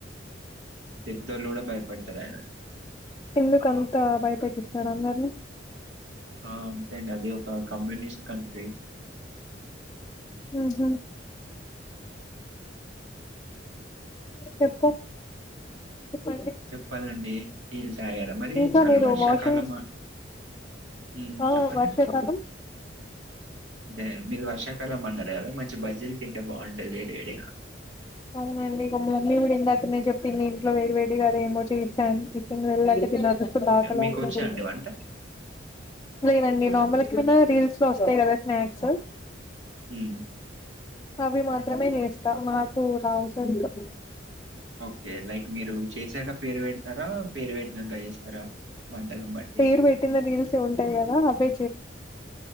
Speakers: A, on the right (about 85°); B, on the left (about 20°).
A: పెద్దోళ్ళు కుడ బయ పడతరూ అయినా
B: ఎందుకు అంతా భయపెట్టిస్తాడ అందరిని
A: ఆ అంతే అండి అది ఒక కమ్యూనిస్ట్ కంట్రీ
B: హ్ హు చెప్పు చెప్పండి
A: చెప్పాలండి. టీ లు తగారా మరి
B: ఇంకా
A: చాల్
B: మీరు
A: వర్షాకాలమా
B: వాషింగ్
A: హ్మ్.
B: ఆ
A: చెప్పండి?
B: వర్ష కాలం
A: అదే మీరు వర్షాకాలం. అన్నారు గాదా మంచి బజ్జీలు తింటే బాగుంటది. వేడి వేడిగా
B: అవునండి. ఒక మమ్మీ కూడా ఇందాకనే చెప్పింది. ఇంట్లో వేడి వేడి అదేమో చేయొచ్చా అని టిఫిన్ వెళ్ళాక తిన్నాక <unintelligible>
A: ఓకే.
B: ఆకలవుతుంది.
A: మీకొచ్చా అండి వంట?
B: లేదండి మా అమ్మలకి ఎప్పుడన్న రీల్స్ లో ఓస్తయి. గాదా స్నాక్స్
A: హ్మ్.
B: అవి మాత్రమే చేస్తా నాకు రావ్ సర్ ఇంకా
A: ఓకే లైక్ మీరు చేసాక పేరు పెడతారా పేరు పెట్టినంక చేస్తారా వంటకం బట్టి
B: పేరు పెట్టిన రీల్స్ ఉంటాయి కదా అవే